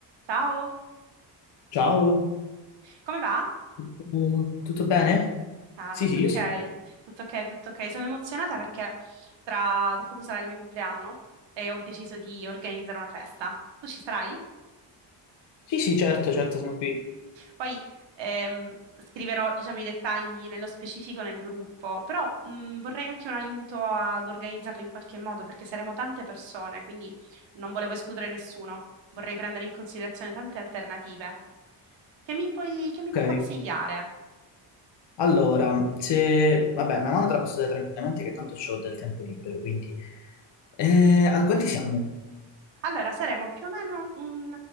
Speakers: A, on the right; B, on the left.
A: Ciao,
B: Ciao,
A: come va?
B: tutto tutto bene?
A: Ah,
B: Sì,
A: tutto
B: sì,
A: ok,
B: io sì.
A: tutto ok, tutto ok. Sono emozionata perché tra, tra poco sarà il mio compleanno e ho deciso di organizzare una festa. Tu ci sarai?
B: Sì, sì, certo, certo, sono qui.
A: Poi ehm, scriverò, diciamo, i dettagli nello specifico nel gruppo, però mh, vorrei anche un aiuto ad organizzarlo in qualche modo perché saremo tante persone, quindi non volevo escludere nessuno. Vorrei prendere in considerazione tante alternative. Che mi puoi, che mi
B: Ok,
A: puoi consigliare?
B: allora, se... Vabbè, una mano te la posso dare tranquillamente che tanto ho del tempo libero, quindi... Eh, a quanti siamo?
A: Allora, saremo più o meno un